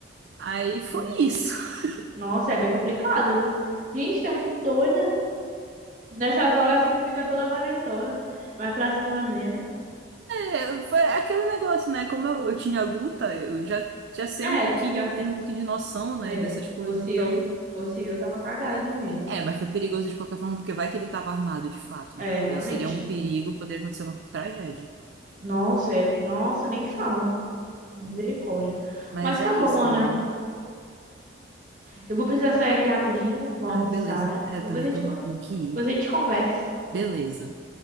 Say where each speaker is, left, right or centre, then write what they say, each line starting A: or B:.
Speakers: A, on the right; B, on the right.
A: Aí foi
B: Meu Deus.
A: isso. <laughs>
B: Nossa, é bem complicado, viu? Gente, tu é muito doida. Nessas horas assim tu fica toda valentona. Vai pra cima mesmo.
A: É, foi aquele negócio, né? Como eu, eu tinha luta, eu já, já sei
B: É,
A: um pouquinho,
B: tu já
A: eu tenho um pouquinho de noção, né,
B: É,
A: dessas coisas,
B: fosse
A: então.
B: eu, fosse eu, tava cagada de medo.
A: É, mas foi perigoso de qualquer forma, porque vai que ele estava armado de fato,
B: É,
A: né?
B: realmente.
A: Aí seria um perigo, poderia acontecer uma tragédia.
B: Nossa, é- nossa, nem fala. Misericórdia.
A: Mas
B: Mas tá
A: é isso,
B: bom, Ana.
A: Milena.
B: Eu vou precisar sair aqui rapidinho, vou almoçar.
A: Ah, beleza. É, eu
B: Depois
A: também
B: a gente,
A: tô,
B: con-
A: tenho que ir.
B: depois a gente conversa,
A: Beleza.